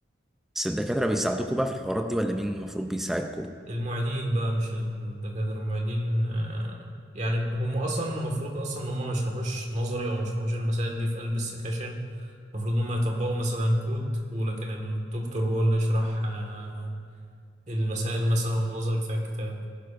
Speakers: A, in the centre; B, on the right.
A: بس الدكاترة بيساعدوكوا بقى في الحوارات دي ولا مين المفروض بيساعدكوا؟
B: المعيدين بقى مش الدكاترة المعيدين آه، يعني هم أصلا المفروض أصلا إن هم ما يشرحوش نظري أو ما يشرحوش المسائل دي في قلب السكاشن المفروض إن هم يطبقوا مثلا كود ولكن الدكتور هو اللي يشرح آه، المسائل مثلا والنظري بتاع الكتاب